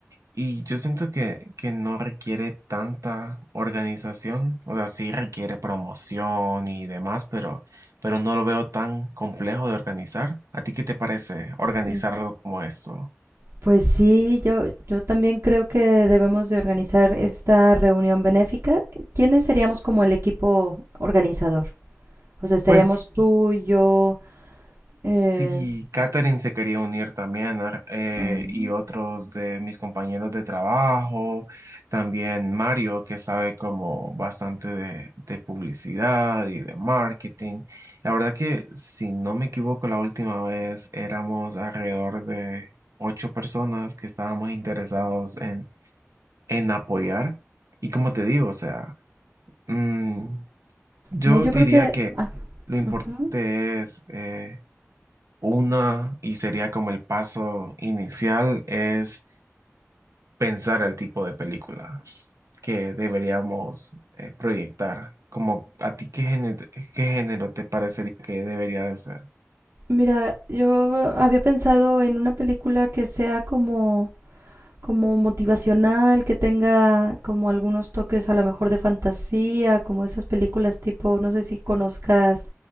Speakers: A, on the right (about 80°); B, on the right (about 55°).
A: y yo siento que, que no requiere tanta organización, o sea, sí requiere promoción y demás, pero, pero no lo veo tan complejo de organizar. ¿A ti qué te parece organizar
B: Mm,
A: algo como esto?
B: Pues sí, yo, yo también creo que debemos de organizar esta reunión benéfica. ¿Quiénes seríamos como el equipo organizador? O sea, estaríamos
A: Pues
B: tú, yo, eh,
A: Sí, Katherine se quería unir también ar- eh,
B: mm,
A: y otros de mis compañeros de trabajo, también Mario, que sabe como bastante de, de publicidad y de marketing. La verdad que, si no me equivoco, la última vez éramos alrededor de ocho personas que estábamos interesados en, en apoyar. Y como te digo, o sea, mm, yo
B: no, yo
A: diría
B: creo que,
A: que lo importante
B: ajá.
A: es... eh, una, y sería como el paso inicial, es pensar el tipo de película que deberíamos eh, proyectar. Como a ti, ¿qué género, qué género te parecería que debería de ser?
B: Mira, yo había pensado en una película que sea como, como motivacional, que tenga como algunos toques a lo mejor de fantasía, como esas películas tipo, no sé si conozcas